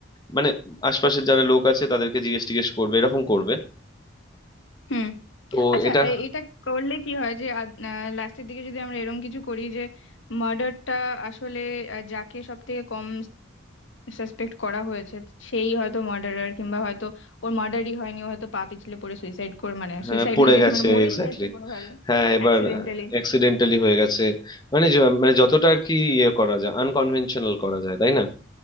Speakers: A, on the left; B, on the left.
A: মানে আশপাশের যারা লোক আছে তাদেরকে জিজ্ঞেস টিজ্ঞেস করবে এরকম করবে
B: হুম
A: তো
B: আচ্ছা
A: এটা
B: এ- এটা করলে কি হয় যে লাস্টের দিকে যদি আমরা এরকম কিছু করি যে মার্ডারটা আসলে আহ, যাকে সব থেকে কম সাসপেক্ট করা হয়েছে সেই হয়তো মার্ডারার কিংবা হয়তো ওর মার্ডারই হয়নি ও হয়তো পা পিছলে পড়ে সুইসাইড করে মানে
A: হ্যাঁ,
B: সুইসাইড
A: পড়ে
B: হয়ে গেছে
A: গেছে
B: মানে মরেই
A: এক্স্যাক্টলি
B: গেছে কোনোভাবে
A: হ্যাঁ এবার
B: অ্যাক্সিডেন্টালি
A: অ্যাক্সিডেন্টালি হয়ে গেছে মানে য- মানে যতটা আর কি ইয়ে করা যায় আনকনভেনশনাল করা যায় তাই না